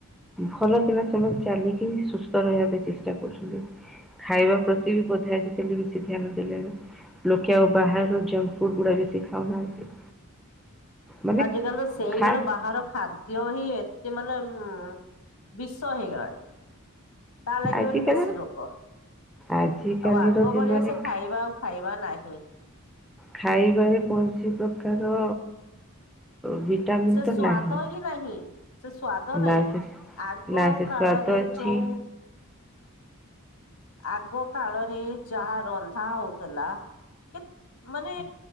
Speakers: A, in the centre; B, on the left.
A: ଭଲ ପିଲା ସେମାନେ ଚାଲିକି ସୁସ୍ଥ ରହିବା ପାଇଁ ଚେଷ୍ଟା କରୁଛନ୍ତି। ଖାଇବା ପ୍ରତି ବି ବୋଧେ ଆଜିକାଲି ବେଶୀ ଧ୍ୟାନ ଦେଲେଣି ଲୋକେ ଆଉ ବାହା ରୁ ଯଙ୍କ ଫୁଡ ଗୁଡା ବେଶି ଖାଉନାହାନ୍ତି। ମାନେ
B: ଆଜ କାଲି ତ ସେଇଗୁର
A: ଖା
B: ବାହାର ଖାଦ୍ୟ ହିଁ ଏତେ ମାନେ ଉଁ। ବିଷ ହେଇଗଣି ତା ଲାଗି
A: ଆଜିକାଲି
B: ବୋଲି ବେଶୀ ରୋଗ।
A: ଆଜିକାଲିର
B: ଆଉ ଆଗ
A: ଦିନରେ
B: ଭଳିଆ ସେ ଖାଇବା ଆଉ ଖାଇବା ନାହିଁ।
A: ଖାଇବା ରେ କୌଣସି ପ୍ରକାର। ଭିଟାମିିନ
B: ସେ
A: ତ
B: ସ୍ଵାଦ
A: ନାହିଁ
B: ହିଁ ନାହିଁ ସେ ସ୍ଵାଦ ନାହିଁ।
A: ନା ସେ
B: ଆଗ
A: ନା ସେ
B: କାଳରେ
A: ସ୍ବାଦ ଅଛି।
B: ଯୋଉ ଆଗ କାଳରେ ଯାହା ରନ୍ଧା ହଉଥିଲା। କେ ମାନେ।